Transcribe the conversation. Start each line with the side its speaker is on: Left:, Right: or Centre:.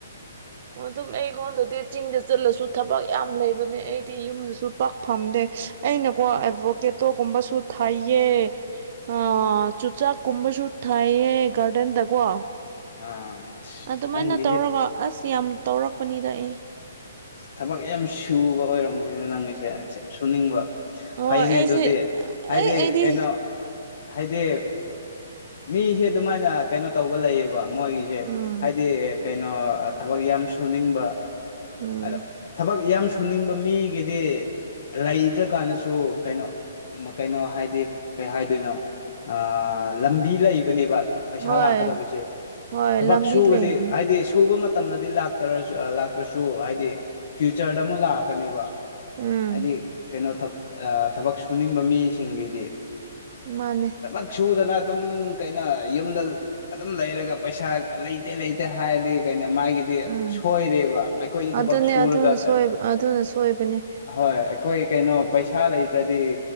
Left: <inaudible>
Right: ꯑꯗꯨꯝ ꯑꯩꯉꯣꯟꯗꯗꯤ ꯆꯤꯡꯗ ꯆꯠꯂꯁꯨ ꯊꯕꯛ ꯌꯥꯝ ꯂꯩꯕꯅꯦ ꯑꯩꯗꯤ ꯌꯨꯝꯗꯁꯨ ꯄꯥꯛ ꯐꯝꯗꯦ ꯑꯩꯅꯀꯣ ꯑꯦꯠꯚꯣꯀꯥꯇꯣꯒꯨꯝꯕꯁꯨ ꯊꯥꯏꯌꯦ ꯑ ꯆꯨꯆꯥꯛꯀꯨꯝꯕꯁꯨ ꯊꯥꯏꯌꯦ ꯒꯥꯔꯗꯦꯟꯗꯀꯣ
Left: ꯑꯥ ꯑꯁ
Right: ꯑꯗꯨꯃꯥꯏꯅ
Left: ꯅꯪꯒꯤꯁꯦ
Right: ꯇꯧꯔꯒ ꯑꯁ ꯌꯥꯝ ꯇꯧꯔꯛꯄꯅꯤꯗ ꯑꯩ
Left: ꯊꯕꯛ ꯌꯥꯝ ꯁꯨꯕ ꯑꯣꯏꯔꯝꯕꯅꯤꯅ ꯅꯪꯒꯤꯁꯦ ꯁꯨꯅꯤꯡꯕ
Right: ꯍꯣꯏ
Left: ꯐꯩꯅꯦ
Right: ꯑꯩꯁꯦ
Left: ꯑꯗꯨꯗꯤ ꯍꯥꯏꯗꯤ
Right: ꯑꯩ ꯑꯩꯗꯤ
Left: ꯀꯩꯅꯣ ꯍꯥꯏꯗꯤ ꯃꯤꯁꯦ ꯑꯗꯨꯃꯥꯏꯅ ꯀꯩꯅꯣ ꯇꯧꯕ ꯂꯩꯌꯦꯕ ꯃꯣꯏꯒꯤꯁꯦ
Right: ꯎꯝ
Left: ꯍꯥꯏꯗꯤ ꯀꯩꯅꯣ ꯊꯕꯛ ꯌꯥꯝ ꯁꯨꯅꯤꯡꯕ
Right: ꯎꯝ
Left: ꯑꯗꯣ ꯊꯕꯛ ꯌꯥꯝ ꯊꯨꯅꯤꯡꯕ ꯃꯤꯒꯤꯗꯤ ꯂꯩꯇ꯭ꯔꯀꯥꯟꯗꯁꯨ ꯀꯩꯅꯣ ꯀꯩꯅꯣ ꯍꯥꯏꯗꯤ ꯀꯩ ꯍꯥꯏꯗꯣꯏꯅꯣ ꯑ ꯂꯝꯕꯤ ꯂꯩꯕꯅꯦꯕ ꯄꯩꯁꯥ
Right: ꯍꯣꯏ
Left: ꯂꯥꯛꯀꯗꯕꯁꯦ
Right: ꯍꯣꯏ
Left: ꯊꯕꯛ
Right: ꯂꯝꯕꯤ
Left: ꯁꯨꯕꯗꯤ
Right: ꯂꯩꯕꯅꯦ
Left: ꯍꯥꯏꯗꯤ ꯁꯨꯕ ꯃꯇꯝꯗꯗꯤ ꯂꯥꯛ ꯁꯨ ꯂꯥꯛꯇ꯭ꯔꯁꯨ ꯍꯥꯏꯗꯤ ꯐ꯭ꯌꯨꯆꯔꯗ ꯑꯃꯨꯛ ꯂꯥꯛꯀꯅꯦꯕ
Right: ꯎꯝ
Left: ꯍꯥꯏꯗꯤ ꯀꯩꯅꯣ ꯊꯕꯛ ꯁꯨꯅꯤꯡꯕ ꯃꯤꯁꯤꯡꯒꯤꯗꯤ
Right: ꯃꯅꯦ
Left: ꯊꯕꯛ ꯁꯨꯗꯅ ꯑꯗꯨꯝ ꯀꯩꯅꯣ ꯌꯨꯝꯗ ꯑꯗꯨꯝ ꯂꯩꯔꯒ ꯄꯩꯁꯥ ꯂꯩꯇꯦ ꯂꯩꯇꯦ ꯍꯥꯏꯔꯗꯤ ꯀꯩꯅꯣ ꯃꯥꯒꯤ
Right: ꯎꯝ
Left: ꯁꯣꯏꯔꯦꯕ ꯑꯩꯈꯣꯏꯗꯤ ꯊꯕꯛ
Right: ꯑꯗꯨꯅꯦ
Left: ꯁꯨꯔꯒ
Right: ꯑꯗꯨꯅ
Left: ꯀꯩꯅꯣ
Right: ꯁꯣꯏꯕ ꯑꯗꯨꯅ ꯁꯣꯏꯕꯅꯦ
Left: ꯍꯣꯏ ꯑꯩꯈꯣꯏ ꯀꯩꯅꯣ ꯄꯩꯁꯥ ꯂꯩꯇ꯭ꯔꯗꯤ